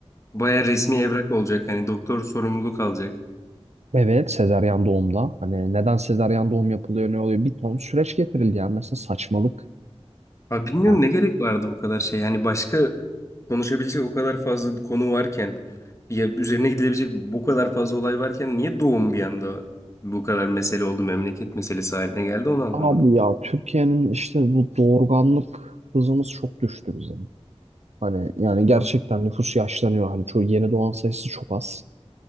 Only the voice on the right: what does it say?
Evet, sezaryen doğumda. Hani neden sezaryen doğum yapılıyor, ne oluyor? Bir ton süreç getirildi yani. Mesela saçmalık.
Yani.
Abi ya Türkiye'nin işte bu doğurganlık hızımız çok düştü bizim. Hani yani gerçekten
nüfus yaşlanıyor. Hani çoğu yeni doğan sayısı çok az.